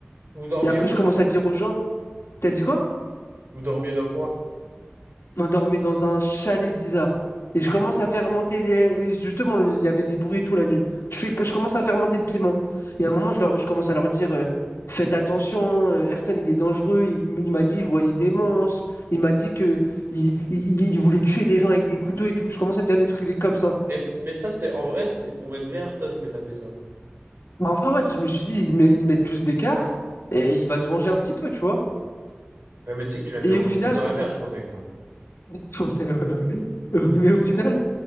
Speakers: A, on the right; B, on the left.
A: Vous dormiez
B: Et après,
A: où?
B: je commence à dire aux gens, t'as dit quoi?
A: Vous dormiez dans quoi?
B: on dormait dans un chalet bizarre. Et je commence à faire monter les... Et justement, il y avait des bruits toute la nuit. Je, fais... je commence à faire monter le piment. Et à un moment, je, leur- je commence à leur dire, euh, faites attention, euh, Ayrton, il est dangereux. Il, m- il m'a dit, il voyait des monstres. Il m'a dit que il... il- il voulait tuer des gens avec des couteaux et tout. Je commence à dire des trucs comme ça.
A: Mais, mais ça, c'était en vrai, c'était pour mettre bien Ayrton que t'as fait ça.
B: Mais en vrai, ouais, je me suis dit, ils, met- ils mettent tous d'écart et il va se venger un petit peu, tu vois.
A: Ouais, mais tu sais que tu l'as mis
B: Et
A: encore
B: au final,
A: plus dans la merde, je pense, avec ça.
B: <laughs> Ouais, ouais, ouais. mais au final,